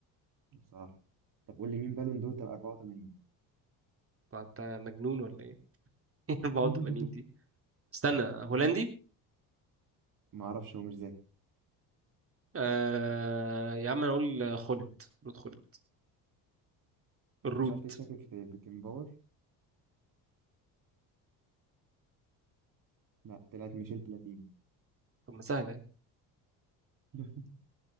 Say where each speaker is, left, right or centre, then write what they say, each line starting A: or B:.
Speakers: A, on the right; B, on the right.
A: صح طب قول لي مين بالون دور 84
B: طب انت مجنون ولا ايه <laughs> 84
A: <laughs>
B: دي استنى هولندي
A: ما اعرفش هو مش ذاكر
B: آه يا عم انا اقول خولت رود خولت الرود
A: انا مش عارف ليه شاكك في بيكنباور لا طلعت ميشيل بلاتيني
B: طب ما سهله
A: <laughs>